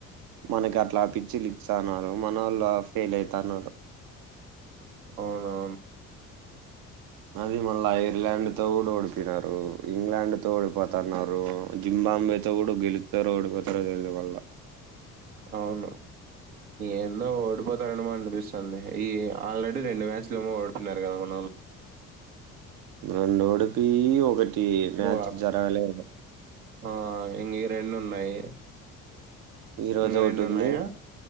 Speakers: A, on the right (about 50°); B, on the right (about 80°).
A: మనకి అట్లా పిచ్చిలు ఇస్తన్నారు మనోల్ల ఫెయిల్ అవుతన్నారు
B: అవును
A: అది మల్ల ఐర్లాండ్ తో కూడా ఓడిపోయినారు ఇంగ్లాండ్ తో ఓడిపోతాన్నారు జింబాంబె తో కూడా గెలుస్తారో ఓడిపోతారో తెలీదు మల్లా
B: అవును ఏందో ఓడిపోతారేమో అనిపిస్తుంది ఈ ఆల్రెడీ రెండు మ్యాచ్లు ఏమో ఓడిపోయినారు కదా మనవాళ్ళు
A: రెండు ఓడిపోయి ఒకటి ఇ మ్యాచ్
B: ఓ
A: జరగలేదు
B: ఆ ఇంగ ఈ రెండు ఉన్నాయి
A: ఈ రోజు
B: ఇంగ
A: ఒకటి
B: రెండు
A: ఉంది
B: ఉన్నాయా